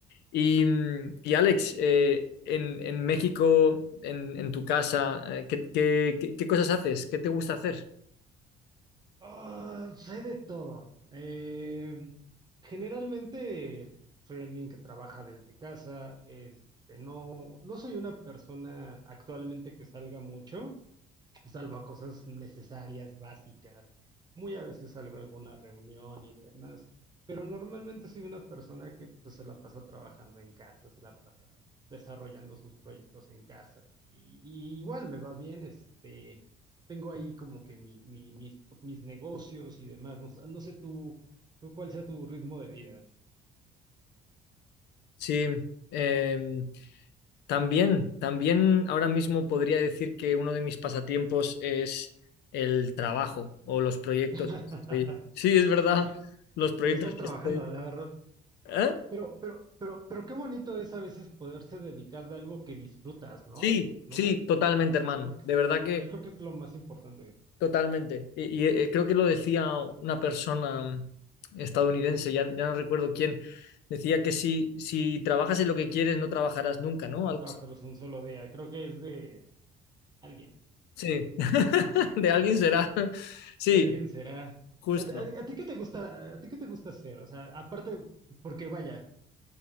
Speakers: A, on the left (about 80°); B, on the right (about 25°).
A: Y, mm, y Alex, eh, en, en México, en, en tu casa, eh, ¿qué, qué, qué- qué cosas haces? ¿Qué te gusta hacer?
B: Ah, sé de todo. Eh, generalmente soy alguien que trabaja desde casa. Este, no, no soy una persona actualmente que salga mucho salvo cosas necesarias, básicas, muy a veces salgo a alguna reunión y demás, pero normalmente soy una persona que pues, se la pasa trabajando en casa, se la pasa desarrollando sus proyectos en casa y, y igual me va bien, este, tengo ahí como que mi- mi- mis, mis negocios y demás, no, sé- no sé tú, tú cuál sea tu ritmo de vida.
A: Sí, em, También, también ahora mismo podría decir que uno de mis pasatiempos es el trabajo o los proyectos.
B: <laughs>
A: que estoy- <laughs> Sí, es verdad,
B: Sí,
A: los proyectos
B: ya estar trabajando,
A: que estoy.
B: la verdad.
A: ¿Eh?
B: Pero, pero, pero, pero qué bonito es a veces poderse dedicar de algo que disfrutas, ¿no?
A: Sí,
B: No,
A: sí,
B: no,
A: totalmente, hermano.
B: yo creo que
A: De
B: es,
A: verdad que
B: yo creo que es lo más importante,
A: totalmente. Y, y, eh, creo que lo decía una persona estadounidense, ya, ya no recuerdo quién, decía que si, si trabajas en lo que quieres, no trabajarás nunca, ¿no?
B: no
A: Algo
B: trabajar
A: así.
B: un solo día, creo que es de alguien,
A: Sí, <laughs> de alguien será. Sí,
B: de alguien será.
A: justo.
B: ¿A, ti a- a ti qué te gusta, a ti qué te gusta hacer? O sea, aparte, porque vaya,